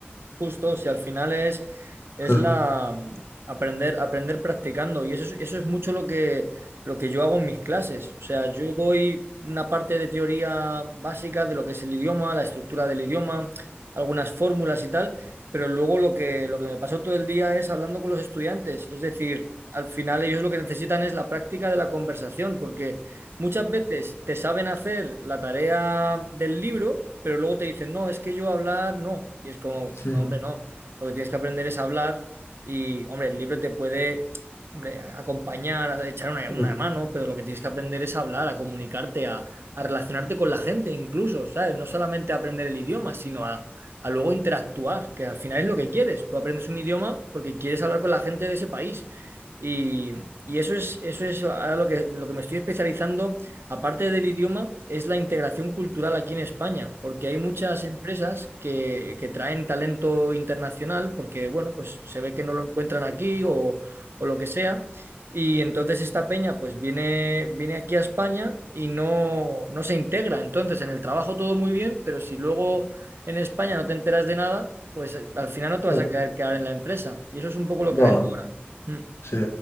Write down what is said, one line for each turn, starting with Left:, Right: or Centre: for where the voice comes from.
Right: Justo, si al final es, es
Left: Claro.
Right: la mm, aprender, aprender practicando. Y eso es, eso es mucho lo que, lo que yo hago en mis clases. O sea, yo doy una parte de teoría básica de lo que es el idioma, la estructura del idioma, algunas fórmulas y tal, pero luego lo que, lo que me pasó todo el día es hablando con los estudiantes. Es decir, al final ellos lo que necesitan es la práctica de la conversación, porque Muchas veces te saben hacer la tarea del libro, pero luego te dicen, no, es que yo hablar no. Y es como,
Left: Sí.
Right: no, hombre, no. Lo que tienes que aprender es hablar y, hombre, el libro te puede, hombre, acompañar, a echar una,
Left: No,
Right: una mano, pero lo que tienes que aprender es hablar, a comunicarte, a, a relacionarte con la gente incluso, ¿sabes? No solamente a aprender el idioma, sino a, a luego interactuar, que al final es lo que quieres. Tú aprendes un idioma porque quieres hablar con la gente de ese país y, y eso es, eso es ahora lo que, lo que me estoy especializando, aparte del idioma, es la integración cultural aquí en España, porque hay muchas empresas que, que traen talento internacional, porque, bueno, pues se ve que no lo encuentran aquí o, o lo que sea. Y entonces esta peña pues viene, viene aquí a España y no, no se integra. Entonces en el trabajo todo muy bien, pero si luego en España no te enteras de nada, pues eh, al final no te
Left: no,
Right: vas a quedar, quedar en la empresa. Y eso es un poco lo
Left: no.
Right: que vendo ahora. Mm.
Left: Sí.